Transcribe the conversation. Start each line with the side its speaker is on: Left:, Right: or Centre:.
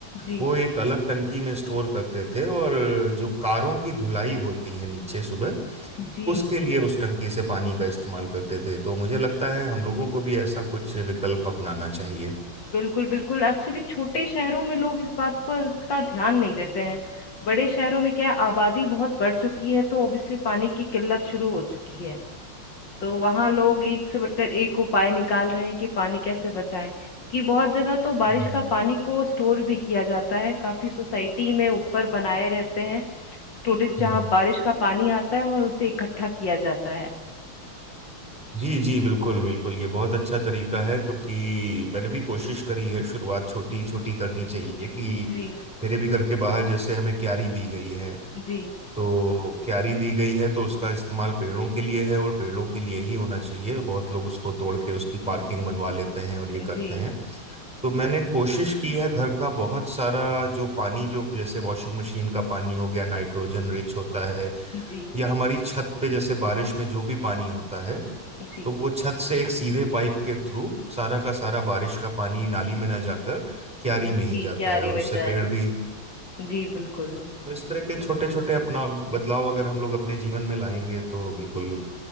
Left: जी
Centre: वो एक अलग टंकी में स्टोर करते थे और जो कारों की धुलाई होती है नीचे सुबह
Left: जी
Centre: उसके लिए उस टंकी से पानी का इस्तेमाल करते थे तो मुझे लगता है हम लोगों को भी ऐसा कुछ विकल्प अपनाना चाहिए
Left: बिल्कुल बिल्कुल एक्चुअली छोटे शहरों में लोग इस बात को का ध्यान नहीं देते हैं बड़े शहरों में क्या है, आबादी बहुत बढ़ चुकी है तो ऑब्वियसली पानी की किल्लत शुरू हो चुकी है तो वहां लोग एक से बढ़कर एक उपाय निकाल रहे हैं कि पानी कैसे बचाएं कि बहुत जगह तो बारिश
Centre: हम्म
Left: का पानी को स्टोर भी किया जाता है काफी सोसाइटी में ऊपर बनाए रहते हैं स्टोरेज
Centre: हम्म।
Left: जहाँ बारिश का पानी आता है और उसे इकट्ठा किया जाता है
Centre: जी जी बिल्कुल बिल्कुल ये बहुत अच्छा तरीका है क्योंकि मैंने भी कोशिश करी है शुरुआत छोटी छोटी करनी चाहिए कि
Left: जी
Centre: मेरे भी घर के बाहर जैसे हमें क्यारी दी गई है
Left: जी
Centre: तो क्यारी दी गई है तो उसका इस्तेमाल पेड़ों के लिए है और पेड़ों के लिए ही होना चाहिए बहुत लोग उसको तोड़ के उसकी पार्किंग बनवा लेते हैं और ये करते
Left: जी
Centre: हैं तो मैंने कोशिश की है घर का बहुत सारा जो पानी जो जैसे वॉशिंग मशीन का पानी हो गया नाइट्रोजन रिच होता है
Left: जी
Centre: या हमारी छत पे जैसे बारिश में जो भी पानी होता है
Left: जी
Centre: तो वो छत से एक सीधे पाइप के थ्रू सारा का सारा बारिश का पानी नाली में ना जाकर क्यारी
Left: जी
Centre: में
Left: जी
Centre: ही जाता
Left: क्यारी
Centre: है और
Left: में
Centre: उससे
Left: जाए
Centre: पेड़ भी
Left: जी बिल्कुल
Centre: तो इस तरह के छोटे छोटे अपना बदलाव अगर हम लोग अपने जीवन में लाएंगे तो बिल्कुल